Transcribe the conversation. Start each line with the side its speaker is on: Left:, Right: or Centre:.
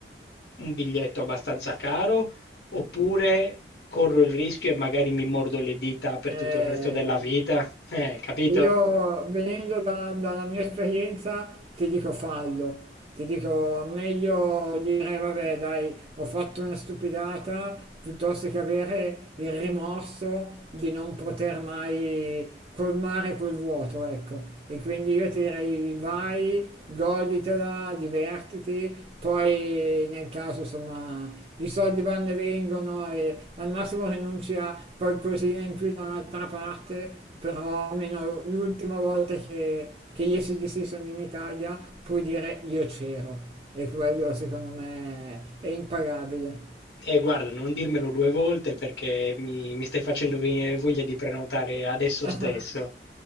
Left: un biglietto abbastanza caro, oppure corro il rischio e magari mi mordo le dita per
Right: Eh,
Left: tutto il resto della vita, eh, capito?
Right: Io venendo da- dalla mia esperienza ti dico fallo, ti dico meglio dire vabbè dai ho fatto una stupidata piuttosto che avere il rimorso di non poter mai colmare quel vuoto, ecco. E quindi io ti direi vai goditela, divertiti, poi nel caso insomma i soldi vanno e vengono e al massimo rinunci a qualcosina in più da un'altra parte, però almeno l'ultima volta che, che gli SDC sono in Italia puoi dire io c'ero e quello secondo me è impagabile.
Left: Eh, guarda, non dirmelo due volte perché mi, mi stai facendo venire voglia di prenotare adesso
Right: <laughs>
Left: stesso.